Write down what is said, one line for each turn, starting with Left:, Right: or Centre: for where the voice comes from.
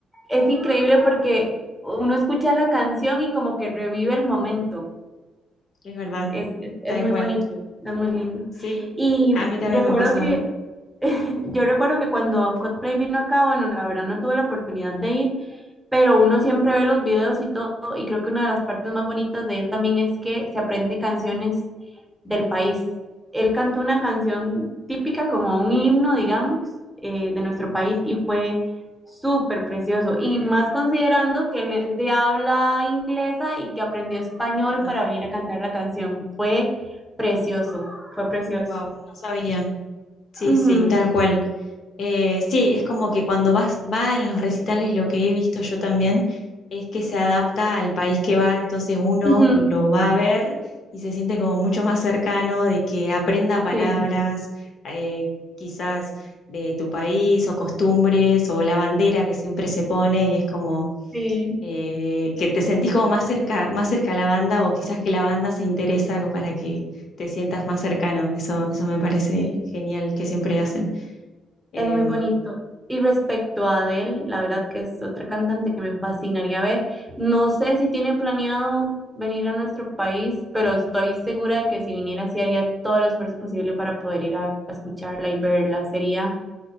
Centre: es increíble porque uno escucha la canción y como que revive el momento.
Left: Es verdad,
Centre: Es, es, es
Left: Tal
Centre: muy
Left: igual.
Centre: bonito, es muy lindo.
Left: Sí,
Centre: Y
Left: a mí también
Centre: recuerdo
Left: me ha pasado,
Centre: que, yo recuerdo que cuando Coldplay vino acá, bueno, la verdad no tuve la oportunidad de ir, pero uno siempre ve los videos y todo, y creo que una de las partes más bonitas de él también es que se aprende canciones del país. Él cantó una canción típica, como un himno, digamos, eh, de nuestro país, y fue súper precioso, y más considerando que él es de habla inglesa y que aprendió español
Left: es verdad.
Centre: para venir a cantar la canción. Fue precioso, fue precioso.
Left: Wow, no sabía. Sí,
Centre: Ujú,
Left: sí, tal cual. Eh, sí, es como que cuando vas, va en los recitales, lo que he visto yo también es que se adapta al país que va, entonces uno
Centre: ujú,
Left: lo va a ver y se siente como mucho más cercano de que aprenda palabras,
Centre: Sí,
Left: eh, quizás de tu país o costumbres o la bandera que siempre se pone y es como
Centre: sí,
Left: eh, que te sentís como más cerca, más cerca a la banda o quizás que la banda se interesa para que te sientas más cercano. Eso, eso me parece
Centre: sí.
Left: genial que siempre hacen. Em,
Centre: Es muy bonito. Y respecto a Adele, la verdad que es otra cantante que me fascinaría ver. No sé si tiene planeado venir a nuestro país, pero estoy segura de que si viniera, sí haría todo el esfuerzo posible para poder ir a, a escucharla y verla. Sería